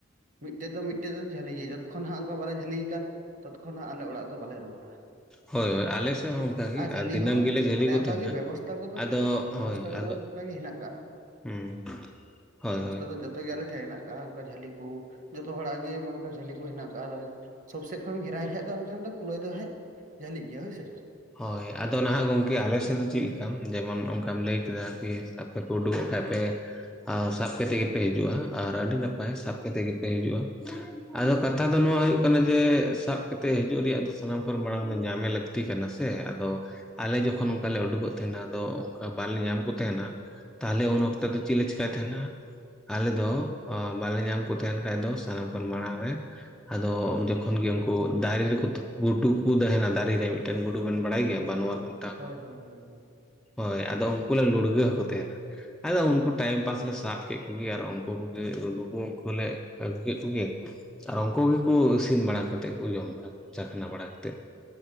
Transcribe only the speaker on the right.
ᱢᱤᱫᱴᱮᱡ ᱫᱚ ᱢᱤᱫᱴᱮᱡ ᱫᱚ ᱡᱷᱟᱹᱞᱤᱭᱟ ᱡᱚᱛᱽᱠᱷᱚᱱ ᱦᱟᱸᱜ ᱚᱱᱠᱟ ᱵᱟᱞᱮ ᱡᱷᱟᱹᱞᱤᱭᱮ ᱠᱟᱱ ᱛᱚᱛᱠᱷᱚᱱ ᱦᱟᱸᱜ ᱟᱞᱮ ᱚᱲᱟᱜ ᱫᱚ ᱵᱟᱞᱮ ᱨᱩᱣᱟᱹᱲᱟ᱾
ᱦᱳᱭ
ᱥᱮ
ᱟᱨ ᱡᱷᱟᱹᱞᱤ
ᱦᱚᱸ
ᱚᱱᱮ
ᱚᱱᱠᱟ
ᱜᱮ ᱵᱮᱵᱚᱥᱛᱟ ᱠᱚᱫᱚ
ᱵᱮᱵᱚᱥᱛᱟ
ᱠᱚᱫᱚ
ᱠᱟ ᱜᱮ ᱦᱮᱱᱟᱜ ᱠᱟᱜ-ᱟ,
ᱵᱮᱵᱚᱥᱛᱟ
ᱫᱚ ᱡᱚᱛᱚ ᱜᱮ ᱟᱞᱮ ᱴᱷᱮᱡ ᱦᱮᱱᱟᱜ ᱠᱟᱜ-ᱟ᱾ ᱠᱟ ᱡᱷᱟᱹᱞᱤ ᱠᱩ ᱡᱚᱛᱚ ᱦᱚᱲᱟᱜ ᱜᱮ ᱚᱱᱠᱟ ᱡᱷᱟᱹᱞᱤ ᱠᱚ ᱦᱮᱱᱟᱜ ᱠᱟᱜ-ᱟ ᱟᱫᱚ ᱥᱳᱵ ᱥᱮᱫ ᱠᱷᱚᱡ ᱮᱢ ᱜᱷᱮᱨᱟᱭ ᱠᱷᱟᱡ ᱫᱚ ᱮᱝᱠᱷᱟᱱ ᱫᱚ ᱠᱩᱞᱟᱹᱭ ᱫᱚ ᱦᱟᱸᱜ ᱡᱷᱟᱹᱞᱤᱜ ᱜᱮᱭᱟ ᱦᱳᱭᱥᱮ,
ᱦᱳᱭ
ᱦᱳᱭ
ᱦᱳᱭ ᱦᱳᱭ